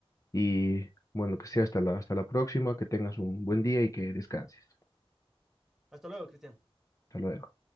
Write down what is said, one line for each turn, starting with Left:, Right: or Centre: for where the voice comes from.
Left: Y bueno, que sea hasta la, hasta la próxima, que tengas un buen día y que descanses.
Centre: Hasta luego, Cristian.
Left: Hasta luego.